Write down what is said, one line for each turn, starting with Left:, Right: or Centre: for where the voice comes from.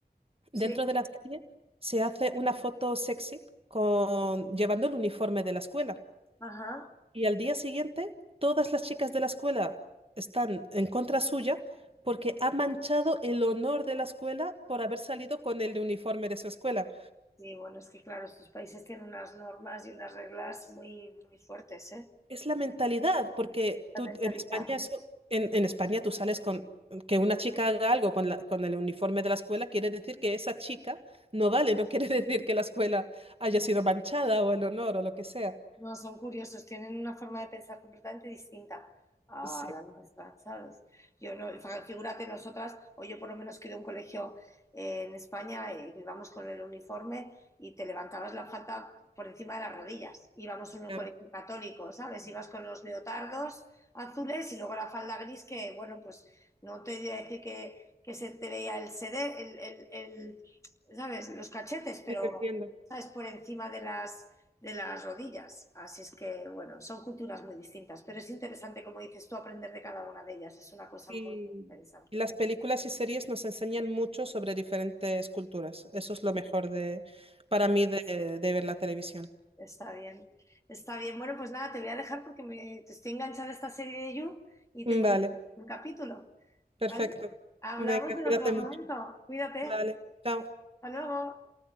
Left: Sí.
Right: dentro de la serie se hace una foto sexy con, llevando el uniforme de la escuela.
Left: Ajá.
Right: Y al día siguiente, todas las chicas de la escuela están en contra suya porque ha manchado el honor de la escuela por haber salido con el uniforme de su escuela.
Left: Sí, bueno, es que claro, estos países tienen unas normas y unas reglas muy, muy fuertes, ¿eh?
Right: Es la mentalidad, porque
Left: La
Right: tú
Left: mentalidad.
Right: en España, eso- en, en España tú sales con que una chica haga algo con, la- con el uniforme de la escuela, quiere decir que esa chica no vale, no quiere <laughs> decir que la escuela haya sido manchada o el honor o lo que sea.
Left: No, son curiosos, tienen una forma de pensar completamente distinta a
Right: Sí,
Left: la nuestra, ¿sabes? Yo no, fa- figúrate nosotras, o yo por lo menos que de un colegio eh, en España, eh, íbamos con el uniforme y te levantabas la falda por encima de las rodillas. Íbamos en un
Right: claro,
Left: colegio católico, ¿sabes? Ibas con los leotardos azules y luego la falda gris que, bueno, pues no te voy a decir que, que se te veía el sede, el, el, el- ¿sabes? Los cachetes, pero,
Right: sí, te entiendo.
Left: ¿sabes? Por encima de las de las rodillas. Así es que, bueno, son culturas muy distintas, pero es interesante, como dices tú, aprender de cada una de ellas. Es una cosa
Right: Y
Left: muy, muy interesante.
Right: y las películas y series nos enseñan mucho sobre diferentes culturas. Eso es lo mejor de, para
Left: Bueno,
Right: mí de, de ver la televisión.
Left: Está bien, está bien. Bueno, pues nada, te voy a dejar porque me estoy enganchada a esta serie de You y
Right: Vale,
Left: tengo un capítulo,
Right: perfecto.
Left: ¿vale? Hablamos
Right: Venga,
Left: en
Right: cuídate
Left: otro
Right: mucho.
Left: momento. Cuídate.
Right: Vale, chao.
Left: Hasta luego.